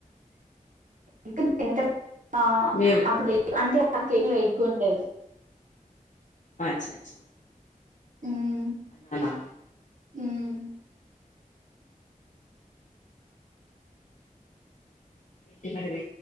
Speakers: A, on the right; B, on the left.
A: ఎ తింటాన్‌ ఆ
B: మేము
A: అప్పుడు అంటే నాకేలో ఎగ్గుండది
B: అచ్చ అచ్చా
A: ఉమ్
B: హలో
A: ఉమ్
B: ఇంకేంటి మరి